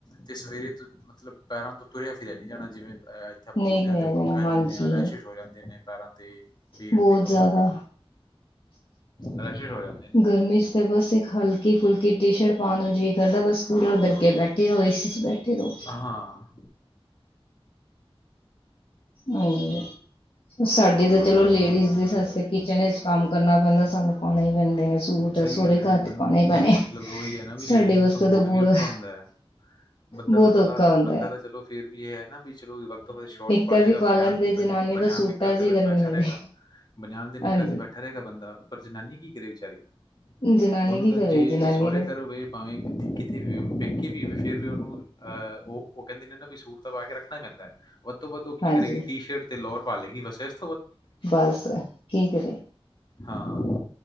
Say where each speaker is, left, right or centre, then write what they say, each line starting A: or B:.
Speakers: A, on the left; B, on the left.
A: ਤੇ ਸਵੇਰੇ ਤੋਂ ਮਤਲਬ ਪੈਰਾਂ ਤੋਂ ਤੁਰਿਆ ਫਿਰਿਆ ਨੀ ਜਾਣਾ ਜਿਵੇਂ ਅਹ ਇੱਥੇ ਆਪਾਂ
B: ਨਹੀਂ
A: ਗੋਡਿਆਂ
B: ਪਾਇਆ
A: ਦੇ ਕੋਲ
B: ਜਾਣਾ
A: ਕਹਿ
B: ਹਾਂਜੀ
A: ਜਾਂਦੇ ਹਾਂ ਰੈਸ਼ਿਿਸ ਹੋ ਜਾਂਦੇ ਨੇ ਪੈਰਾਂ ਤੇ।
B: ਬਹੁਤ
A: ਕਮਰ
B: ਜ਼ਿਆਦਾ
A: ਤੇ, ਰੈਸ਼ਿਸ਼ ਹੋ ਜਾਂਦੇ ਨੇ
B: ਗਰਮੀ ਚ ਤਾਂ ਬਸ ਇੱਕ ਹਲਕੀ ਫੁਲਕੀ ਟੀ ਸ਼ਰਟ ਪਾ ਨੂੰ ਜੀ ਕਰਦਾ ਬਸ ਕੂਲਰ ਦੇ ਅੱਗੇ ਬੈਠੇ ਰਹੋ ਏਸੀ ਚ ਬੈਠੇ ਰਹੋ।
A: ਹਾਂ,
B: ਹਾਂਜੀ, ਸਾਡੇ ਤਾਂ ਚਲੋ ਲੇਡੀਜ਼ ਦੀ ਸੱਸਿਆ ਜਦੋ ਅਸੀਂ ਕੰਮ ਕਰਨਾ ਪੈਂਦਾ ਸਾਨੂੰ ਪਾਉਣੇ ਹੀ ਪੈਂਦੇ ਨੇ। ਸੂਟ
A: ਸਹੀ
B: ਸਹੁਰੇ
A: ਗੱਲ ਹੈ ਜੀ
B: ਘਰ
A: ਮੈਡਮ
B: ਤੇ ਪਾਉਣੇ ਹੀ ਪੈਣੇ
A: ਤ ਮਤਲਬ ਉਹੀ ਹੈ ਨਾ ਬਈ
B: ਸਾਡੇ
A: ਲੇਡੀਜ਼
B: ਵਾਸਤੇ
A: ਨੂੰ ਤਾਂ ਹੋਰ
B: ਬਹੁਤ
A: ਵੀ ਔਖਾ ਹੁੰਦਾ ਹੈ। ਬੰਦਾ
B: ਬਹੁਤ
A: ਤਾਂ ਚਲਾ
B: ਔਖਾ ਹੁੰਦਾ
A: ਬੰਦਾ
B: ਹੈ
A: ਤਾਂ ਚਲੋ ਫੇਰ ਵੀ ਏਹ ਹੈ ਨਾ ਵੀ ਚਲੋ ਵੱਧ ਤੋਂ ਵੱਧ ਸ਼ੋਰਟਸ
B: ਕਦੀ
A: ਲਏਗਾ
B: ਪਾ
A: ਬਨਿਆਨ
B: ਲੈੰਦੇ ਜਨਾਨੀਆਂ
A: ਬਨ- ਬਨਿਆਨ
B: ਦਾ ਸੂਟਾਂ
A: ਨਿੱਕਰ
B: ਚ
A: ਤੇ
B: ਹੀ
A: ਬੈਠਾ
B: ਗਰਮੀ ਲੱਗਦੀ।
A: ਰਹੇਗਾ ਬਨਿਆਨ ਦੇ ਨਿਕਰ
B: ਹਾਂਜੀ
A: ਚੀ ਬੈਠਾ ਰਹੇਗਾ ਬੰਦਾ, ਪਰ ਜਨਾਨੀ ਕੀ ਕਰੇ ਵਿਚਾਰੀ।
B: ਜਨਾਨੀ
A: ਉਹਨੂੰ
B: ਕੀ
A: ਤਾਂ
B: ਕਰੇ
A: ਜੇ
B: ਜਨਾਨੀ
A: ਸਹੁਰੇ
B: ਦੇ
A: ਘਰ ਹੋਵੇ ਭਾਵੇਂ ਕਿੱਥੇ ਕਿੱਥੇ ਵੀ ਹੋਵੇ ਪੇਕੇ ਵੀ ਹੋਵੇ ਫਿਰ ਵੀ ਔ ਨੂੰ ਅਹ ਉਹ ਉਹ ਕੈੰਦੇ ਨੇ ਨਾ ਬਈ ਸੂਟ ਤਾਂ ਪਾ ਕੇ ਰੱਖਣਾ ਈ ਪੈਂਦੈ। ਵੱਧ ਤੋਂ ਵੱਧ ਉਹ ਕੀ
B: ਹਾਂਜੀ
A: ਕਰੇਗੀ ਟੀ-ਸ਼ਰਟ ਤੇ ਲੋਅਰ ਪਾ ਲੇਗੀ ਬਸ ਐਸ
B: ਬੱਸ, ਕੀ ਕਰੇ?
A: ਹਾਂ।